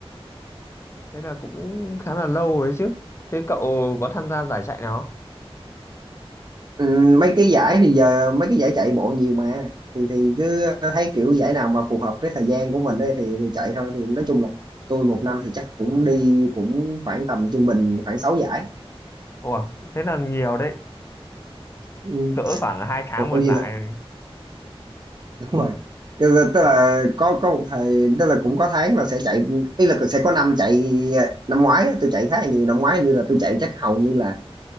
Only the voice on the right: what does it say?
ừ, mấy cái giải thì giờ mấy cái giải chạy bộ nhiều mà thì thì cứ ờ, thấy kiểu giải nào mà phù hợp với thời gian của mình đây thì, thì chạy thôi thì nói chung là tôi một năm thì chắc cũng đi cũng khoảng tầm trung bình khoảng 6 giải
ừ.
Ủa,
vậy
là
đúng rồi tức là tức là có có một thời tức là cũng có tháng là sẽ chạy ý là sẽ có năm chạy năm ngoái á, tôi chạy khá là nhiều năm ngoái như là tôi chạy chắc hầu như là